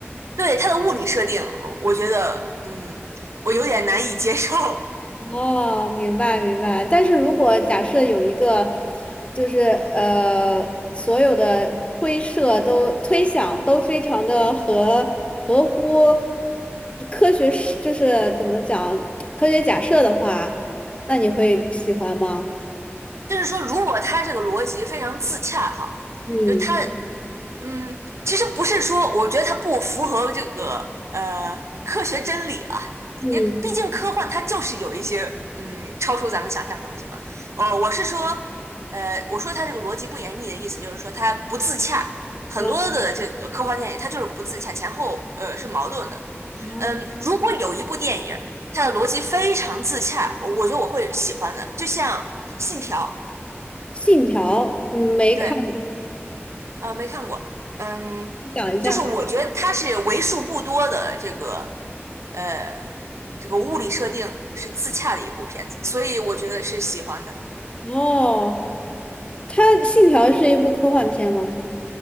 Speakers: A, on the right; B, on the left.
A: 对，它的物理设定，我我觉得，嗯，我有点难以接受。<laughs>
B: 哦，明白明白。但是如果假设有一个，就是呃，所有的推设都推想都非常的合合乎科学是，就是怎么讲科学假设的话，那你会喜欢吗？
A: 就是说，如果它这个逻辑非常自洽哈。
B: 嗯
A: 就他嗯，其实不是说，我觉得它不符合这个呃科学真理了，
B: 嗯，
A: 也毕竟科幻它就是有一些嗯超出咱们想象的东西嘛。哦，我是说，呃，我说它这个逻辑不严密的意思就是说它不自洽，很多的这个科幻电影它就是不自洽，
B: 然
A: 前后呃是矛盾的。
B: 后
A: 嗯，如果有一部电影它的逻辑非常自洽，我觉得我会喜欢的，就像《信条》
B: 信条嗯没看过，
A: 对。啊，没看过，嗯，
B: 你讲一下。
A: 就是我觉得它是为数不多的这个呃这个物理设定是自洽的一部片子，所以我觉得是喜欢的。
B: 哦，它信条是一部科幻片吗？